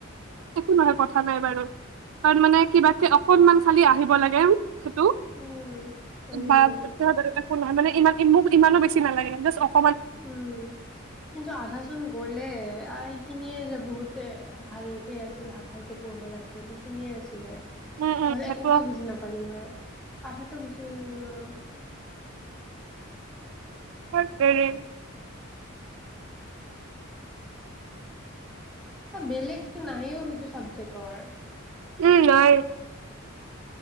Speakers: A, on the right; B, in the centre.
A: একো নহয় কথা নাই বাৰু, কাৰণ মানে কিবা অকনমান খালি আহিব লাগে সেইটো।
B: উম হয় কিন্তু
A: বাব একো নহয় মানে, ইমান মোক ইমানো বেছি নালাগে, জাচ অক-
B: উম' কিন্তু আধাচ- টোন গ'লে আৰু এইখিনিয়ে যে বহুতে ভালকে আছিল সা ভালকে পঢ়িব লাগছিলে। শুনিয়ে আছোঁ দে।
A: উম উম
B: নহলে
A: সেইটো
B: একোকে বুজি নাপালো হয়, আধাতো গুচি ন-
A: হেইত তেৰি।
B: আ বেলেগতো নাইও সেইটো চাবজেক্টৰ।
A: উম' নাই।